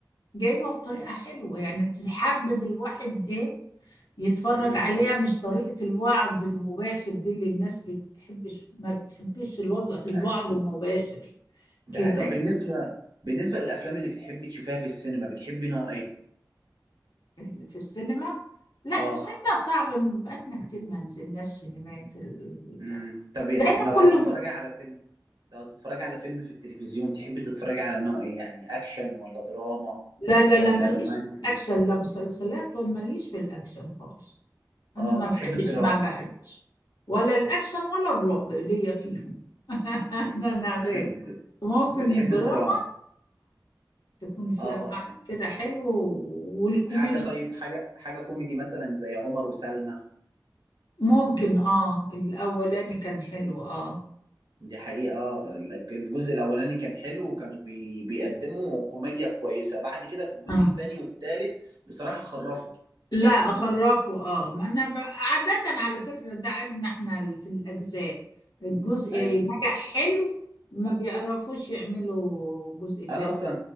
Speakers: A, on the left (about 70°); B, on the right (about 75°).
A: جايبة بطريقة حلوة يعني تحبب الواحد إيه يتفرج
B: امم
A: عليها مش طريقة الوعظ المباشر دي اللي الناس بتحبش ما بتحبش الوضع الوعظ
B: ايوه
A: المباشر
B: ده
A: كده
B: حقيقة. طب بالنسبة بالنسبة للأفلام اللي بتحبي تشوفيها في السينما بتحبي نوع ايه؟
A: يعني اللي في السينما لا
B: اه
A: السينما صعب م- بقالنا كتير ما نزلناش سينمات ال...
B: امم طب
A: لأن
B: لو
A: كله
B: هتتفرجي
A: ب...
B: على فيلم لو هتتفرجي على فيلم في التلفزيون تحبي تتفرجي على نوع ايه؟ يعني أكشن ولا دراما
A: لا لا
B: ولا
A: لا ماليش
B: رومانسي؟
A: في الأكشن لا مسلسلات ولا ماليش في الأكشن خالص أنا
B: اه
A: ما
B: بتحبي
A: بحبش
B: الدراما
A: ما بحبش ولا الأكشن ولا الرعب ليا فيهم <laughs>
B: مم.
A: أنا أنا غير
B: <laughs>
A: ممكن
B: بتحبي
A: الدراما
B: الدراما
A: تكون فيها
B: اه
A: معنى
B: يعني
A: كده حلو والكوميديا
B: حاجة طيب حاجة حاجة كوميدي مثلا زي عمر وسلمى
A: ممكن اه الاولاني كان حلو اه
B: دي حقيقة آه، الجزء الأولاني كان حلو وكانوا بي... بيقدموا كوميديا كويسة بعد كده في الجزء
A: اه
B: التاني والتالت بصراحة خرفوا
A: لا اخرفه اه ما انا ب... عادة على فكرة ده عيبنا احنا في الاجزاء الجزء
B: أيوه
A: نجح حلو ما بيعرفوش يعملوا جزء تاني
B: أنا أصلا